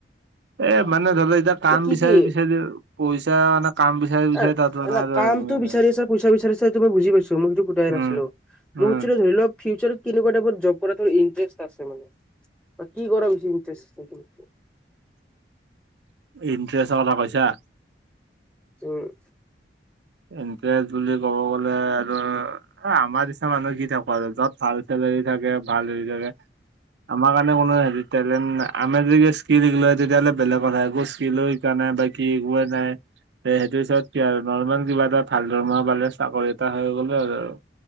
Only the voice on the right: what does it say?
এ মানে ধৰি ল এতিয়া কাম
বিচাৰি
-বিচাৰি। পইচা মানে কাম বিচাৰি- বিচাৰি
<unintelligible> নাই
আৰু মানে।
উম
উম
ইণ্টাৰেষ্টৰ কথা কৈছা।
ইণ্টাৰেষ্ট বুলি ক'ব গ'লে আৰু। অ', আমাৰ নিচিনা মানুহ কি থাকো আৰু য'ত ভাল চেলেৰী থাকে। ভাল হেৰি থাকে আমাৰ কাৰণে কোনো হেৰি টেলেনট আমাৰ যদিয়া স্কিল হয় তেতিয়াহ'লে বেলেগ কথা একো স্কিলো শিকা নাই বাকি একোৱেই নাই। এইটো হৈছে <unintelligible> আৰ নৰ্মেল। কিবা এটা ভাল দৰমহা পালে চাকৰি এটা হৈ গ'লে আৰু আৰু